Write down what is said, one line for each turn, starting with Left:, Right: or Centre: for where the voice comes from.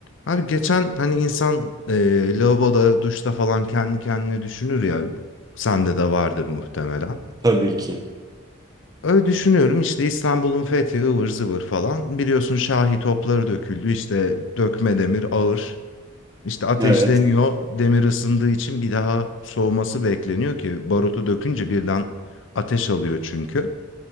Left: Abi geçen hani insan e, lavaboda, duşta falan kendi kendine düşünür ya. Sende de vardır muhtemelen.
Right: Tabii ki.
Left: Öyle düşünüyorum işte İstanbul'un fethi ıvır zıvır falan. Biliyorsun Şahi topları döküldü işte dökme demir ağır. İşte ateşleniyor
Right: Evet.
Left: demir ısındığı için bir daha soğuması bekleniyor ki barutu dökünce birden ateş alıyor çünkü.